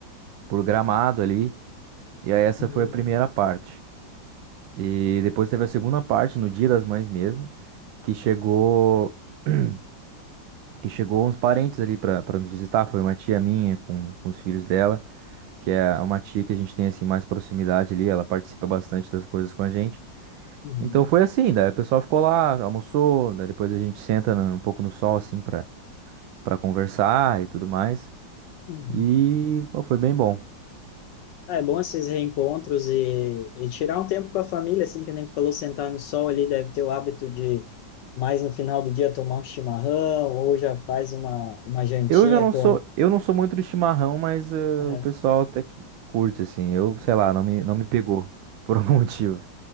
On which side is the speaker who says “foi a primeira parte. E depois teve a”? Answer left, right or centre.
Right